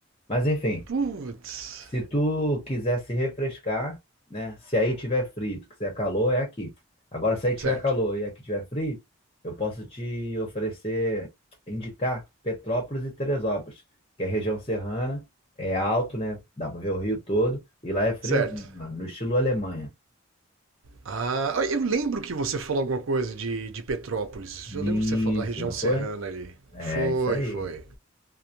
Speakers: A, on the left; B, on the right.
A: Mas enfim.
B: Putz.
A: Se tu quiser se refrescar, né? Se aí tiver frio, tu quiser calor, é aqui. Agora, se aí tiver
B: Certo.
A: calor e aqui tiver frio, eu posso te oferecer, indicar Petrópolis e Teresópolis, que é região serrana, é alto, né? Dá pra ver o rio todo e lá é friozinho,
B: Certo.
A: mano, no estilo Alemanha.
B: Ah, eu lembro que você falou alguma coisa de, de Petrópolis.
A: Isso,
B: Eu lembro que você falou da região
A: não
B: serrana
A: foi?
B: ali.
A: É
B: Foi,
A: isso aí.
B: foi.